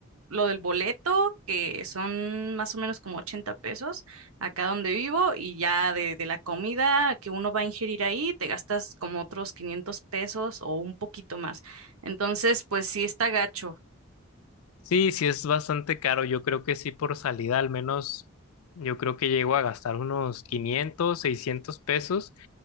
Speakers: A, on the right; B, on the left.
A: lo del boleto, que son más o menos como 80 pesos acá donde vivo, y ya de, de la comida que uno va a ingerir ahí, te gastas como otros 500 pesos o un poquito más. Entonces, pues sí está gacho.
B: Sí, sí es bastante caro. Yo creo que sí por salida al menos, yo creo que llego a gastar unos quinientos, seiscientos pesos